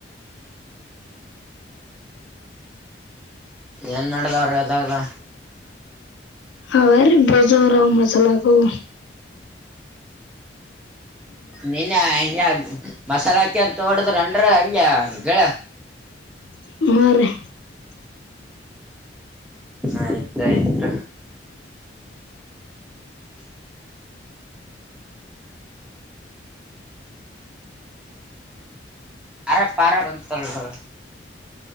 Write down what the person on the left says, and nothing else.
ಅವ ಬಜೋರ ಮಜಲಾಗುವ
ಆ